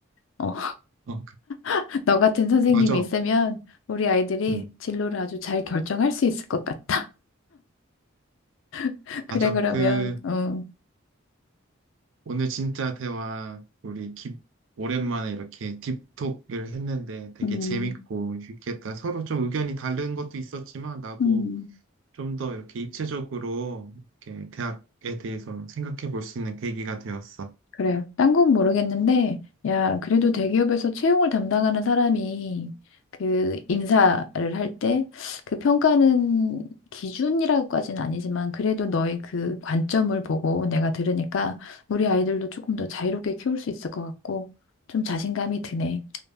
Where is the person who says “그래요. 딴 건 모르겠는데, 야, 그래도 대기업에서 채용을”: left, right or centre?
Left